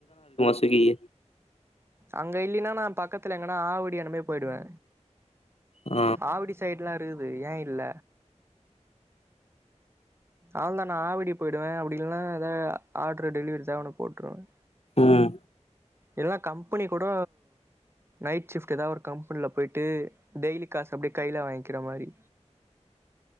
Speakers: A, on the left; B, on the right.
A: <unintelligible>
B: அங்க இல்லின்னா நான் பக்கத்துல எங்கன்னா ஆவடி அந்மாரி போயிடுவே
A: ஆ,
B: ஆவுடி சைடு எல்லாம் இருக்குது ஏன் இல்ல ஆள் தான் நான் ஆவடி போயிடுவேன் அப்படியில்லா நா ஏதாவது ஆர்டரு டெலிவரி சவனப் போட்டுருவேன்
A: உஹம்
B: எல்லாம் கம்பெனி கூட நைட் ஷிப்ட் ஏதாவது ஒரு கம்பெனில போயிட்டு டெய்லி காசு அப்படியே கையில வாங்கிக்கிற மாரி